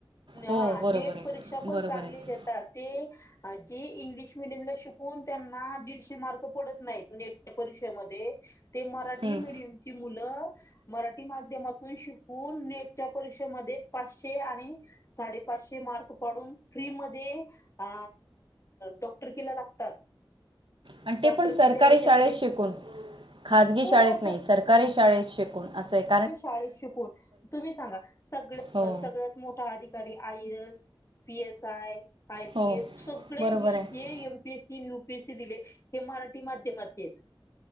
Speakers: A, on the right; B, on the left.
A: हो
B: हा
A: बरोबर
B: नीट
A: आहे
B: परीक्षा पण
A: बरोबर
B: चांगली
A: आहे
B: देता- त, ते- आज जी इंग्लिश मिडियमला शिकून त्यांना दीडशे मार्क पडत नाहीत, नेटच्या परीक्षेमध्ये- ते मराठी
A: हं.
B: मिडियमची मुलं मराठी माध्यमातून शिक- हो, नेटच्या परीक्षेमध्ये पाचशे आणि- साडेपाचशे मार्क पाडून फ्रि मधे- आ.... डॉक्टरकिला लागतात.
A: आणि
B: डॉक्टरकीच्या
A: ते पण सरकारी
B: याच्यामध्ये
A: शाळेत शिकून, खाजगी
B: हो
A: शाळेत
B: सर
A: नाही. सरकारी शाळेत शिकून असं एक-
B: शाळेत शिकून, तुम्ही सांगा सगळ
A: हो
B: सगळं- मोठा अधिकारी I A S, P S I- I
A: हो
B: P ए सगळे
A: बरोबर
B: हे
A: आहे
B: जे एम- पी ए सी आणि यू पी ए सी दिले, हे मराठी माध्यमातली आहेत.